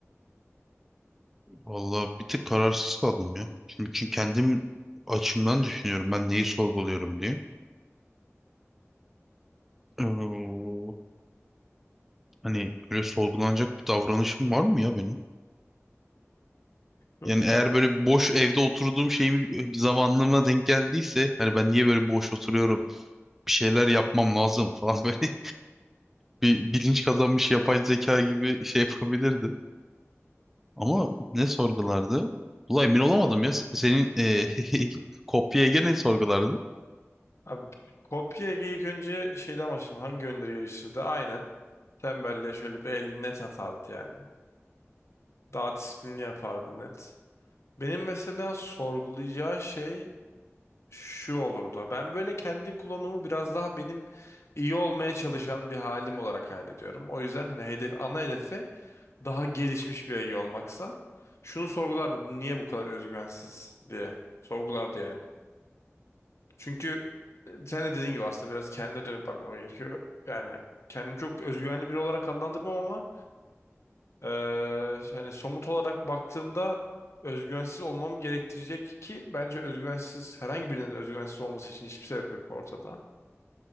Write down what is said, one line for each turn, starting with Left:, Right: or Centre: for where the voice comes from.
Centre: Vallahi bir tık kararsız kaldım ya. Şimdi çünkü kendim açımdan düşünüyorum ben neyi sorguluyorum diye. Ee, hani öyle sorgulanacak bir davranışım var mı ya benim?
Left: Yok
Centre: Yani eğer
Left: abi.
Centre: böyle boş evde oturduğum şeyim zamanlığıma denk geldiyse hani ben niye böyle boş oturuyorum bir şeyler yapmam lazım falan <laughs> böyle bir bilinç kazanmış yapay zeka gibi şey yapabilirdi. Ama ne sorgulardı? Ulan emin olamadım ya. Senin e, <laughs> kopya Ege ne sorgulardı?
Left: Abi kopya Ege ilk önce şeyden başlayayım. Hangi yönleri geliştirdi? Aynen. Tembelliğe şöyle bir el net atardı yani. Daha disiplinli yapardı net. Benim mesela sorgulayacağı şey şu olurdu. Ben böyle kendi klonumu biraz daha benim iyi olmaya çalışan bir halim olarak hallediyorum. O yüzden hani hedef, ana hedefi daha gelişmiş bir Ege olmaksa şunu sorgulardı. Bu niye bu kadar özgüvensiz diye sorgulardı yani. Çünkü e, sen de dediğin gibi aslında biraz kendine dönüp bakmama gerekiyor. Yani kendimi çok özgüvenli biri olarak adlandırmam ama e, hani somut olarak baktığımda özgüvensiz olmam gerektirecek ki bence özgüvensiz herhangi birinin özgüvensiz olması için hiçbir sebep yok ortada.